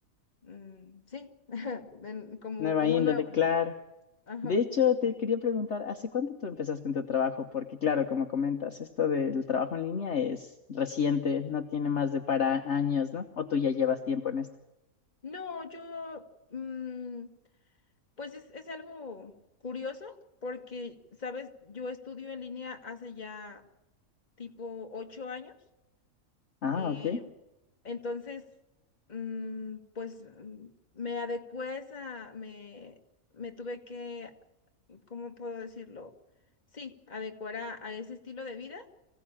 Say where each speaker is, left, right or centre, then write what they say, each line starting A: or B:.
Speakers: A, on the left; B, on the left.
A: mm, sí, <laughs> de- como,
B: Nueva
A: como
B: índole,
A: nuevos,
B: claro.
A: ¿no? Ajá.
B: De hecho, te quería preguntar, ¿hace cuánto tú empezaste en tu trabajo? Porque claro, como comentas, esto del trabajo en línea es reciente, no tiene más de para años, ¿no? O tú ya llevas tiempo en esto.
A: No, yo, mm, pues es, es algo curioso porque, sabes, yo estudio en línea hace ya tipo ocho años,
B: Ah,
A: eh,
B: ok.
A: entonces, mm, pues mm, me adecué a esa, me, me tuve que ¿cómo puedo decirlo? Sí, adecuar a, a ese estilo de vida